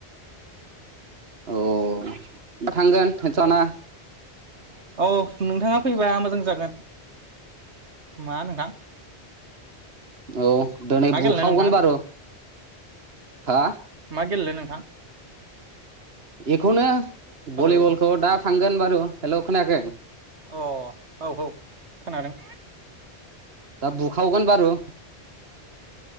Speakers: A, on the right (about 65°); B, on the right (about 85°).
A: अ दा थांगोन थेनसनाङा
B: औ नोंथाङा फैबा मोजां जा जागोन। मा नोंथां
A: औ दिनै
B: मा गेलेनो
A: बुखावगोन
B: नोंथां
A: बारु हा?
B: मा गेलेनो नोंथां
A: बेखौनो
B: हेलौ
A: भलिबलखौ दा थांगोन बारु। हेल' खोनाखै?
B: अ औ औ खोनादों।
A: दा बुखावगोन बारु ।